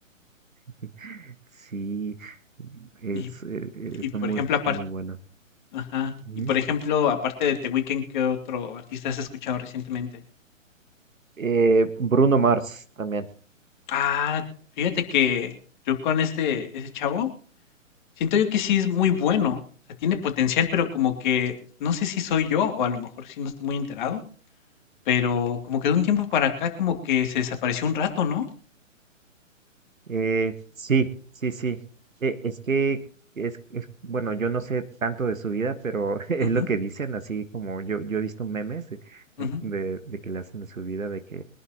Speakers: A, on the right (about 80°); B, on the left (about 35°).
A: <laughs> Sí, es,
B: Y
A: eh, eh,
B: y
A: está
B: por
A: muy,
B: ejemplo,
A: está
B: aparte
A: muy bueno.
B: ajá,
A: Ujú.
B: y por ejemplo, aparte de The Weeknd, ¿qué otro artista has escuchado recientemente?
A: Eh, Bruno Mars también.
B: Ah, fíjate que yo con este ese chavo, siento yo que sí es muy bueno, o sea, tiene potencial, pero como que no sé si soy yo, o a lo mejor sí no estoy muy enterado, pero como que de un tiempo para acá como que se desapareció un rato, ¿no?
A: Eh, sí, sí, sí. Eh, es que es, es- bueno, yo no sé tanto de su vida, pero <laughs> es
B: Ujú,
A: lo que dicen, así como yo, yo he visto memes de,
B: ujú,
A: de, de- de que le hacen de su vida, de que